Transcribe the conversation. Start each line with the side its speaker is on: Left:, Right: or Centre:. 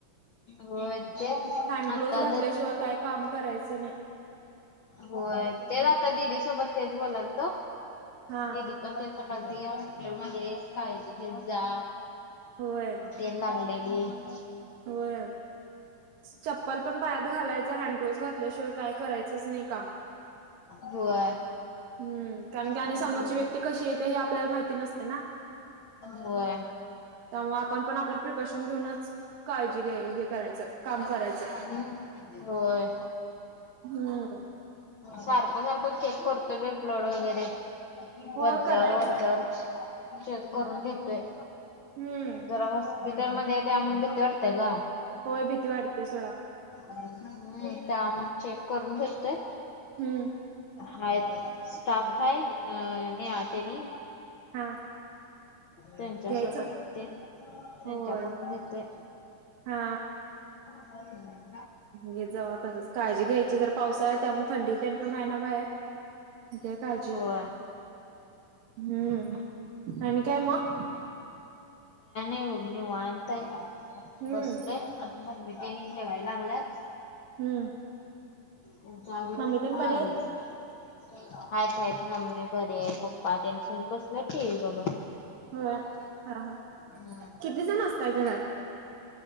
Left: होय ते
Right: हँड
Left: आता
Right: ग्लोव्हज घातल्याशिवाय काय काम <unintelligible>
Left: होय तेच आता दिदी सोबत तेच बोलालतो
Right: हा
Left: दिदी पण ते हॉस्पिटल मध्ये आहे काळजी घेत जा
Right: होय
Left: तेन लागलय <unintelligible>
Right: होय चप्पल पण पायात घालायचं हँड ग्लोज घातल्याशिवाय काय करायचंच नाही काम
Left: होय
Right: हम्म कारण की
Left: आणि
Right: समोरची व्यक्ती कशी येते हे आपल्याला माहिती नसते ना
Left: होय
Right: त्यामुळे आपण पण आपली प्रिकॉशन घेऊनच काळजी घ्याय हे करायचं काम करायचं
Left: हम्म होय
Right: हम्म
Left: सारखं सारखं चेक करतो मी ब्लड वगैरे
Right: हो
Left: वरच्यावर
Right: करायचं
Left: वरच्यावर चेक करून घेतोय
Right: हम्म
Left: जरा हॉस्पिटल मध्ये हाय त्यामुळ भिती वाटते ग
Right: होय भीती वाटते सोडा.
Left: हम्म त्या मग चेक करून घेतोय
Right: हम्म
Left: हाय स्टाफ हाय अ नेहा त्यानी
Right: हा
Left: त्यांच्या
Right: घ्यायचं
Left: सोबत ते त्यांच्याकडून
Right: होय
Left: घेतोय
Right: हा
Left: हम
Right: घे जाव तसच काळजी घ्यायची जर पावसाळा आहे त्यामुळे थंडीतेन पण आहे ना बाहेर घ्या काळजी
Left: होय.
Right: हम्म आणि काय मग
Left: काय नाय बघ निवांत हाय
Right: हम्म
Left: बसलोय आता मम्मीतेनी जेवाय लागल्यात
Right: हम्म.
Left: त्यांच आवरलं
Right: मम्मी
Left: कि
Right: तेन
Left: मग
Right: बरी
Left: आवरायचं
Right: आहेत
Left: आहेत आहेत मम्मी बरे आहे पप्पा त्यांच्या बसल्यात टिव्ही बघत
Right: होय हा हा
Left: हम्म
Right: किती जण असतय घरात